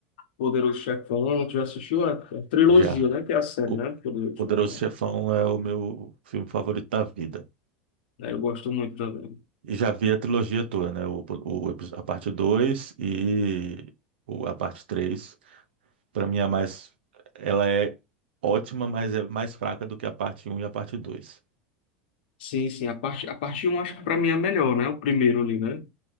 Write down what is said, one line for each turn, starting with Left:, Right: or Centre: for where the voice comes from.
Left: Poderoso Chefão, tu já assistiu a, a trilogia,
Right: já.
Left: né? Que é a série,
Right: O
Left: né? Poderoso
Right: Poderoso
Left: Chefão.
Right: Chefão é o meu filme favorito da vida.
Left: É, eu gosto muito também.
Right: E já vi a trilogia toda, né? O, o, epi- a parte 2 e o, a parte três Para mim, é a mais. Ela é ótima, mas é mais fraca do que a parte um e a parte dois
Left: Sim, sim, a parte, a parte um acho que pra mim é a melhor, né? O primeiro ali, né?